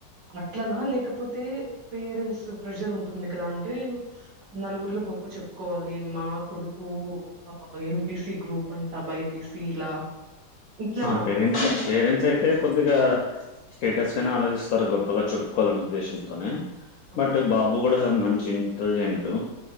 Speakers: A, on the right (about 70°); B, on the left (about 70°).
A: అట్లనా లేకపోతే పేరెంట్స్ ప్రేజర్ ఉంటుంది కదా అంటే నలుగురిలో గొప్ప చెప్పుకోవాలి మా కొడుకు ఆ ఎంపిసి గ్రూప్ అంటా బైపిసి ఇలా ఇట్లనా?
B: ఆ పేరెంట్స్
A: అంటే మీ-
B: పేరెంట్స్ అయితే కొద్దిగా స్టేటస్ గానే ఆలోచిస్తారు గొప్పగా చెప్పుకోవాలన్న ఉద్దేశంతోనే
A: ఓకే.
B: బట్ బాబు కూడా మంచి ఇంటలిజెంట్